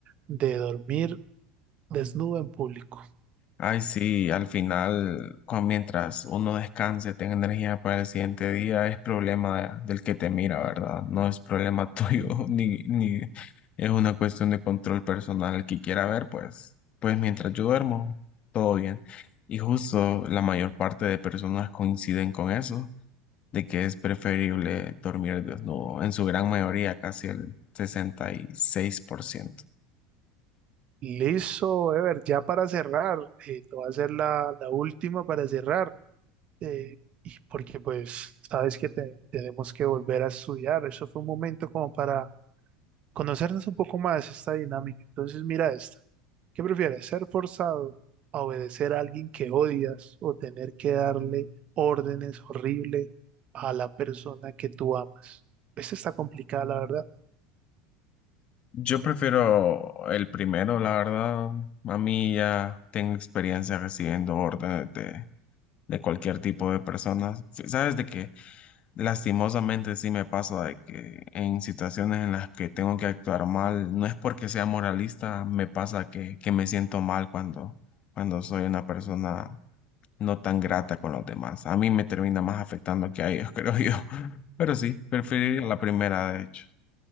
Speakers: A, on the right; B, on the left.
A: de dormir desnudo en público.
B: Ay, sí, al final, cuan- mientras uno descanse, tenga energía para el siguiente día, es problema de- del que te mira, ¿verdad? No es problema <laughs> tuyo, ni, ni es una cuestión de control personal. El que quiera ver, pues, pues mientras yo duermo, todo bien. Y justo la mayor parte de personas coinciden con eso, de que es preferible dormir desnudo, en su gran mayoría, casi el 66%.
A: Listo, Ever, ya para cerrar, eh, te voy a hacer la, la última para cerrar, eh, y porque pues sabes que te- tenemos que volver a estudiar, eso fue un momento como para conocernos un poco más esta dinámica. Entonces mira esta, ¿qué prefieres? ¿Ser forzado a obedecer a alguien que odias o tener que darle órdenes horribles a la persona que tú amas? Esta está complicada, la verdad.
B: Yo prefiero el primero, la verdad. A mí ya tengo experiencia recibiendo órdenes de, de cualquier tipo de personas. Sí, Sabes de que lastimosamente sí me pasa de que en situaciones en las que tengo que actuar mal, no es porque sea moralista, me pasa que, que me siento mal cuando, cuando soy una persona no tan grata con los demás. A mí me termina más afectando que a ellos, creo yo. <laughs> Pero sí, preferir la primera, de hecho.